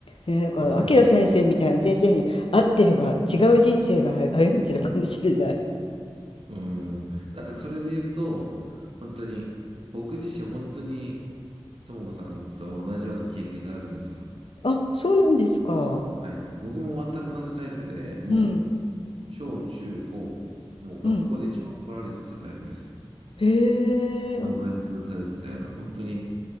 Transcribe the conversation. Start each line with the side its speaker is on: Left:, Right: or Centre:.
Left: ね、だから、
Right: わかります。
Left: 明先生みたいな先生に会ってれば違う人生が歩めてたかもしれない。
Right: うん。なんかそれで言うと、本当に、僕自身本当に、ともこさんと同じような経験があるんですよ。
Left: <laughs> あ、そうなんですか。
Right: はい。僕も全く同じタイプで、もう、
Left: うん、
Right: 小、中、高、もう学校で一番怒られてたタイプですね。
Left: うん。へえ、あ、
Right: 教科に立たされてたような、本当に、